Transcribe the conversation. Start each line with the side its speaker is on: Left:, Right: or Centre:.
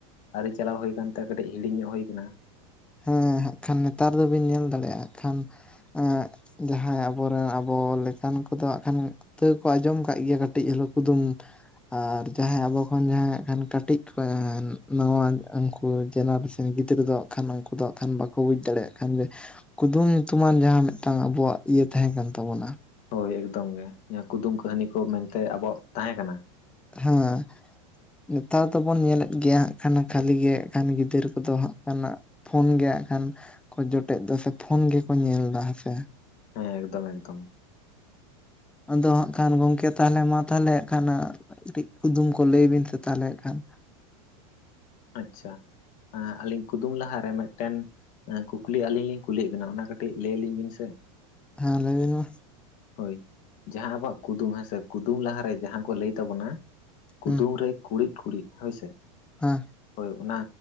Left: ᱟᱹᱣᱨᱤ ᱪᱟᱞᱟᱣ ᱦᱩᱭ ᱟᱠᱟᱱ ᱛᱮ ᱠᱟᱹᱴᱤᱡ ᱦᱤᱲᱤᱧ ᱧᱚᱜ ᱦᱩᱭ ᱠᱟᱱᱟ᱾
Centre: ᱦᱮᱸ ᱦᱟᱸᱜ ᱠᱷᱟᱱ ᱱᱮᱛᱟᱨ ᱫᱚ ᱵᱤᱱ ᱧᱮᱞ ᱫᱟᱲᱮᱜ ᱟᱸᱜ ᱠᱷᱟᱱ ᱮᱸᱜᱼᱼ ᱡᱟᱦᱟᱸᱭ ᱟᱵᱚ ᱨᱮᱱ ᱟᱵᱚ ᱞᱮᱠᱟᱱ ᱠᱚᱫᱚ ᱦᱟᱸᱜ ᱠᱷᱟᱱᱼᱼ ᱛᱟᱹᱣ ᱠᱚ ᱟᱸᱡᱚᱢ ᱠᱟᱜ ᱜᱮᱭᱟ ᱠᱟᱹᱴᱤᱡ ᱦᱳᱞᱳ ᱠᱩᱫᱩᱢ᱾ ᱟᱨ ᱡᱟᱦᱟᱸᱭ ᱟᱵᱚ ᱠᱷᱚᱱ ᱡᱟᱦᱟᱸᱭ ᱦᱟᱸᱜ ᱠᱷᱟᱱ ᱠᱟᱹᱴᱤᱡ ᱠᱩ ᱟᱸᱻ ᱱᱚᱣᱟ‌ ᱚᱧ ᱚᱱᱠᱩᱼᱼ ᱠᱩ ᱡᱮᱱᱟᱨᱮᱥᱮᱱ ᱜᱤᱫᱽᱨᱟᱹ ᱫᱚ ᱦᱟᱸᱜ ᱠᱷᱟᱱ ᱩᱱᱠᱩ ᱫᱚ ᱦᱟᱸᱜ ᱠᱷᱟᱱ ᱵᱟᱠᱚ ᱵᱩᱡᱽ ᱫᱟᱲᱮᱭᱟᱜ ᱠᱷᱟᱱ ᱡᱮᱼᱼ ᱠᱩᱫᱩᱢ ᱧᱩᱛᱩᱢᱟᱱ ᱡᱟᱦᱟᱸ ᱢᱤᱫᱴᱟᱝ ᱟᱵᱚᱣᱟᱜ ᱤᱭᱟᱹ ᱛᱟᱦᱮᱸ ᱠᱟᱱ ᱛᱟᱵᱚᱱᱟ᱾
Left: ᱦᱳᱭ ᱮᱠᱫᱚᱢ ᱜᱮ ᱧᱟ ᱠᱩᱫᱩᱢ ᱠᱟᱹᱦᱱᱤ ᱠᱚ ᱢᱮᱱᱛᱮ ᱟᱵᱚᱣᱟᱜ ᱛᱟᱦᱮᱸ ᱠᱟᱱᱟ᱾
Centre: ᱦᱮᱸ᱾ ᱱᱮᱛᱟᱨ ᱫᱚᱵᱚᱱ ᱧᱮᱞᱮᱫ ᱜᱮᱭᱟ ᱦᱟᱸᱜ ᱠᱷᱟᱱ ᱠᱷᱟᱹᱞᱤ ᱜᱮ ᱦᱟᱸᱜ ᱠᱷᱟᱱ ᱜᱤᱫᱟᱹᱨ ᱠᱚᱫᱚ ᱦᱟᱸᱜ ᱠᱷᱟᱱᱟᱜ ᱼᱼ ᱯᱷᱳᱱ ᱜᱮ ᱦᱟᱸᱜ ᱠᱷᱟᱱ ᱠᱚ ᱡᱚᱴᱮᱜ ᱫᱟ ᱥᱮ ᱯᱷᱳᱱ ᱜᱮᱠᱚ ᱧᱮᱞ ᱫᱟ ᱦᱮᱸ ᱥᱮ᱾
Left: ᱦᱮᱸ ᱮᱠᱫᱚᱢ ᱮᱠᱫᱚᱢ᱾
Centre: ᱟᱫᱚ ᱦᱟᱸᱜ ᱠᱷᱟᱱ ᱜᱚᱝᱠᱮ ᱛᱟᱦᱚᱞᱮ ᱢᱟ ᱛᱟᱦᱚᱞᱮ ᱦᱟᱸᱜ ᱠᱷᱟᱱᱼᱼ ᱠᱟᱹᱴᱤᱡ ᱠᱩᱫᱩᱢ ᱠᱚ ᱞᱟᱹᱭ ᱵᱤᱱ ᱥᱮ ᱛᱟᱦᱞᱮ ᱮᱸᱠᱷᱟᱱᱼᱼ
Left: ᱟᱪᱪᱷᱟ ᱟᱸᱻ ᱟᱹᱞᱤᱧ ᱠᱩᱫᱩᱢ ᱞᱟᱦᱟ ᱨᱮ ᱢᱤᱫᱴᱮᱱ ᱮᱸ ᱠᱩᱠᱞᱤ ᱟᱹᱞᱤᱧ ᱞᱤᱧ ᱠᱩᱞᱤ ᱭᱮᱜ ᱵᱮᱱᱟ ᱚᱱᱟ ᱠᱟᱹᱴᱤᱡ ᱞᱟᱹᱭ ᱞᱤᱧ ᱵᱤᱱ ᱥᱮ᱾
Centre: ᱦᱮᱸ ᱞᱟᱹᱭ ᱵᱤᱱ ᱢᱟ᱾
Left: ᱦᱳᱭ ᱡᱟᱦᱟᱸ ᱟᱵᱚᱣᱟᱜ ᱠᱩᱫᱩᱢ ᱦᱮᱸ ᱥᱮ ᱠᱩᱫᱩᱢ ᱞᱟᱦᱟᱱᱨᱮ ᱡᱟᱦᱟᱸ ᱠᱚ ᱞᱟᱹᱭ ᱛᱟᱵᱚᱱᱟ ᱠᱩᱫᱩᱢ
Centre: ᱦᱩᱸ
Left: ᱨᱮᱼᱼ ᱠᱩᱲᱤᱫ ᱠᱩᱲᱤᱫ ᱦᱚᱭ ᱥᱮᱼᱼ
Centre: ᱦᱮᱸ᱾
Left: ᱦᱳᱭ ᱚᱱᱟ